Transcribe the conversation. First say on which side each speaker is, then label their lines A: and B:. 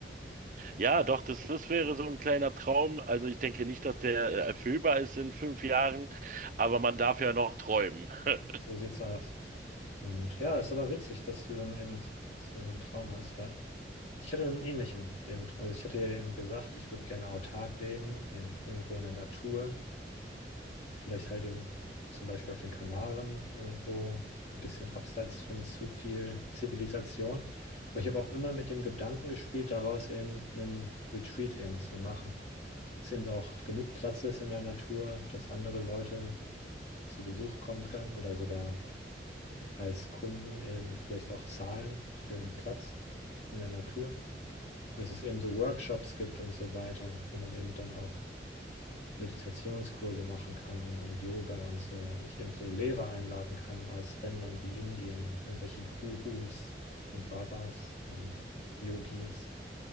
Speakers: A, on the right (about 45°); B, on the left (about 40°).
A: Ja, doch, das, das wäre so ein kleiner Traum. Also ich denke nicht, dass der äh, erfüllbar ist in fünf Jahren, aber man darf ja noch träumen. <laughs>
B: So sieht's aus. Und ja, ist aber witzig, dass du dann eben so einen Traum hast, weil ich hatte einen ähnlichen eben. Also ich hatte ja eben gesagt, ich würde gerne autark leben, eben irgendwo in der Natur. Vielleicht halt eben zum Beispiel auf den Kanaren irgendwo ein bisschen abseits von zu viel Zivilisation. Aber ich habe auch immer mit dem Gedanken gespielt, daraus eben einen Retreat eben zu machen. Dass eben auch genug Platz ist in der Natur, dass andere Leute zu Besuch kommen können oder sogar als Kunden eben vielleicht auch zahlen für einen Platz in der Natur. Und dass es eben so Workshops gibt und so weiter, wo man eben dann auch Meditationskurse machen kann und Yoga und so und ich eben so Lehrer einladen kann aus Ländern wie Indien, irgendwelche Gurus und Babas und Yogis,